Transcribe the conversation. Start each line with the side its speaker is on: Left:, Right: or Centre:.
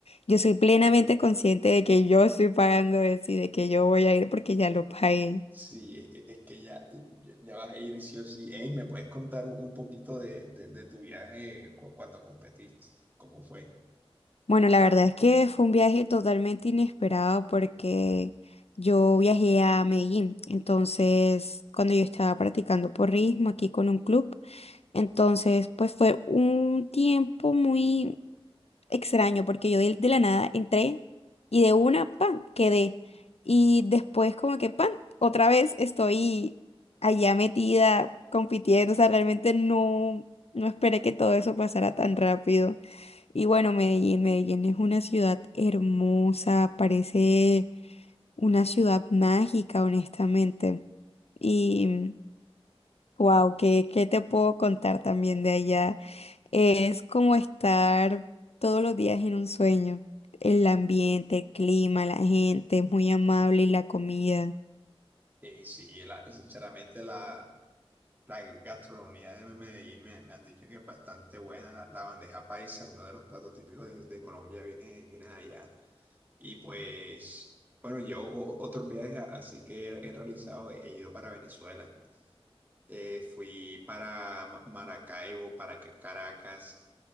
Left: yo soy plenamente consciente de que yo estoy pagando eso y de que yo voy a ir porque ya lo pagué.
Right: Sí, e- e- es que ya, ya ya vas a ir sí o sí. Ey, ¿me puedes contar un un poquito de, de, de tu viaje cu- cuando competiste? ¿Cómo fue?
Left: Bueno, la verdad es que fue un viaje totalmente inesperado porque yo viajé a Medellín, entonces cuando yo estaba practicando porrismo aquí con un club. Entonces, pues fue un tiempo muy extraño porque yo de, de la nada entré y de una, pan, quedé. Y después como que, pan, otra vez estoy allá metida compitiendo. O sea, realmente no, no esperé que todo eso pasara tan rápido. Y bueno, Medellín, Medellín es una ciudad hermosa, parece una ciudad mágica, honestamente. y Wow, ¿qué, qué te puedo contar también de allá? Es como estar todos los días en un sueño. El ambiente, el clima, la gente, es muy amable y la comida.
Right: Y sí, la- sinceramente la, la gastronomía de Medellín me, me han dicho que es bastante buena. La, la bandeja paisa, uno de los platos típicos de, de Colombia, viene, viene de allá. Y pues, bueno, yo o- otros viajes a- así que he, he realizado, he ido para Venezuela, Eh, fui para Ma- Maracaibo, para Ca- Caracas,